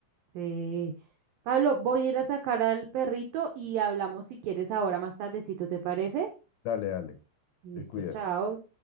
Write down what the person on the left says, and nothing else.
Dale, dale,
te cuidas.